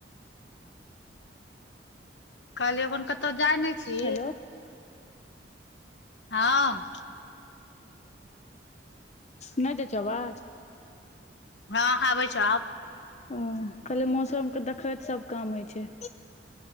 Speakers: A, on the left; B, on the left.
A: कहलियों अखन कतो जाय ने छी
B: हेलो
A: हा
B: नाय जाय छो आवाज
A: हा आबे छो आब
B: हाँ कहलिये मौसम के देखेत सब काम होइ छै